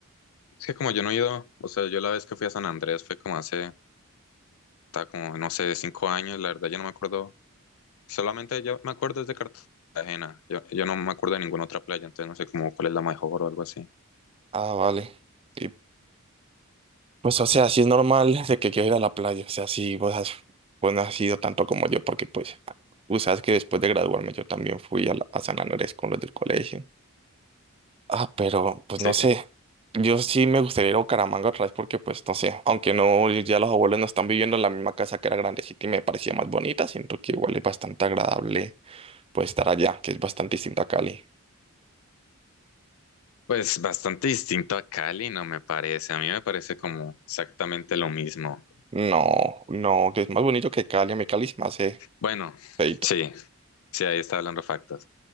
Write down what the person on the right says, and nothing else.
Ah, vale. Y, pues o sea, sí es normal de que quieras ir a la playa, o sea, sí vos has, vos no has ido tanto como yo, porque pues tú sabes que después de graduarme yo también fui a, la- a San Andrés con los del colegio. Ah, pero pues
no sé, yo sí me gustaría ir a Bucaramanga otra vez porque pues no sé, aunque no, ya los abuelos no están viviendo en la misma casa que era grandecita y me parecía más bonita, siento que igual es bastante agradable Pues estar allá, que es bastante distinto a Cali.
No, no, que es más bonito que Cali. A mí Cali es más hace
feíto.